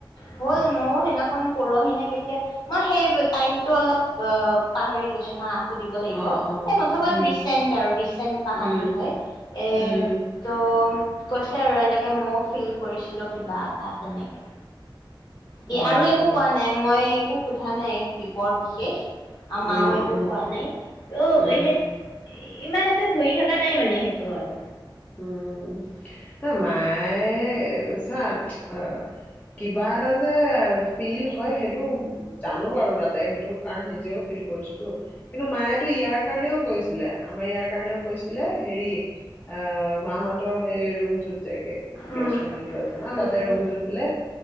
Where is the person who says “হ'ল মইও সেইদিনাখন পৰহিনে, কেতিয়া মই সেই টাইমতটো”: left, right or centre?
Left